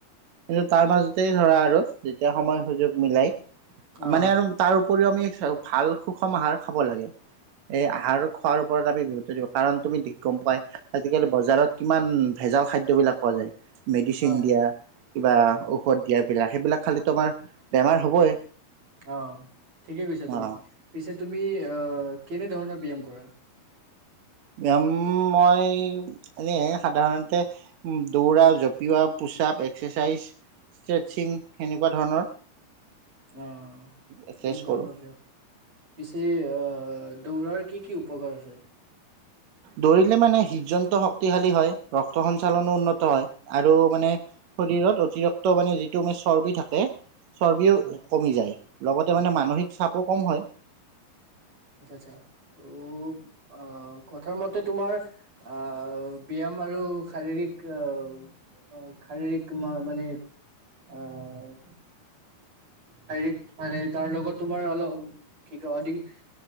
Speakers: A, on the right (about 65°); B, on the right (about 40°).
A: কিন্ত তাৰ মাজতেই ধৰা আৰু যেতিয়া সময় সুযোগ মিলাই
B: অ
A: মানে আৰু তাৰ উপৰিও আমি চাওক ভাল সুষম আহাৰ খাব লাগে। এই আহাৰ খোৱাৰ ওপৰত আমি গুৰুত্ব দিব লাগে কাৰণ তুমি গম পোৱাই আজিকালি বজাৰত কিমান ভেজাল খাদ্য হেইবিলাক খোৱা যায়। মেডিচিন
B: হয়
A: দিয়া। কিবা
B: হয়
A: ঔষধ দিয়া। এইবিলাক- সেইবিলাক খালেতো আমাৰ বেমাৰ হ'বই।
B: অ'। ঠিকে কৈছা তুমি।
A: অ
B: পিছে তুমি কেনে ধৰণৰ ব্যয়াম কৰা?
A: ব্যায়াম মই এনে সাধাৰণতে দৌৰা, জপিওৱা, পোচ-আপ, এক্সাৰচাইজ, ষ্ট্ৰেটছিং সেনেকুৱা ধৰণৰ।
B: অ'
A: এক্সাৰচাইজ
B: বহুত
A: কৰোঁ
B: ভাল অভ্যাস। পিছে আহ দৌৰাৰ কি কি উপকাৰ আছে?
A: দৌৰিলে মানে হৃদযন্ত্ৰ শক্তিশালী হয়। ৰক্ত সঞ্চালনো উন্নত হয় আৰু মানে শৰীৰত অতিৰিক্ত মানে যিটো মানে চৰ্বি থাকে চৰ্বিও
B: অ
A: কমি যায়। লগতে মানে মানসিক চাপো কম হয়।
B: আচ্ছা আচ্ছা ত' আহ কথাৰ মতে তোমাৰ আহ ব্যায়াম আৰু শাৰীৰিক আহ শাৰীৰিক মানে আহ শাৰীৰিক মানে তাৰ লগত তোমাৰ অলপ কি কয় অধিক